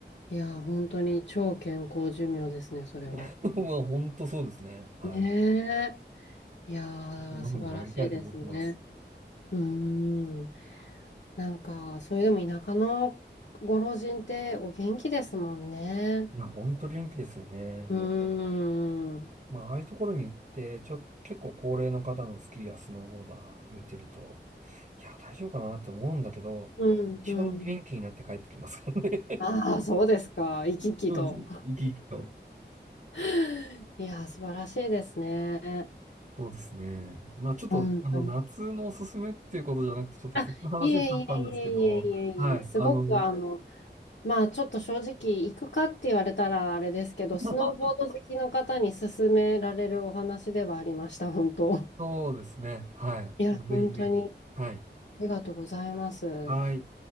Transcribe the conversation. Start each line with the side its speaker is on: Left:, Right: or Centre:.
Left: いやー、本当に超健康寿命ですね、それは。
Right: <laughs> まあ、本当そうですね。はい。
Left: ねえ。いやー、
Right: ものになりたいと思ってます。
Left: 素晴らしいですね。うーん。なんか、それでも田舎のご老人ってお元気ですもんね。
Right: いや、ほんと元気ですよね。
Left: うーん。
Right: まあ、ああいうところに行って、ちょ、結構高齢の方のスキーやスノーボーダー見てると、いや、大丈夫かなって思うんだけど、
Left: うん、
Right: 一番元気になって帰ってきますからね。
Left: うん。ああ、そうですか。生き生きと。
Right: <laughs> そうです。生き生きと。
Left: <laughs> いやー、素晴らしいですね。
Right: そうですね。まあ、ちょっと、
Left: 本当に。
Right: あの、夏のおすすめっていうことじゃなくて、ちょっと冬の話しちゃったんですけど、
Left: あ、いえいえいえいえいえいえ、
Right: はい。
Left: すごくあの、
Right: あの、
Left: まあちょっと正直、行くかって言われたらあれですけど、スノーボード好きの方に勧められるお話ではありました、
Right: <laughs>
Left: 本当。
Right: そうですね。はい。
Left: いや、
Right: ぜひぜひ。
Left: 本当に
Right: はい。
Left: ありがとうございます。
Right: はい。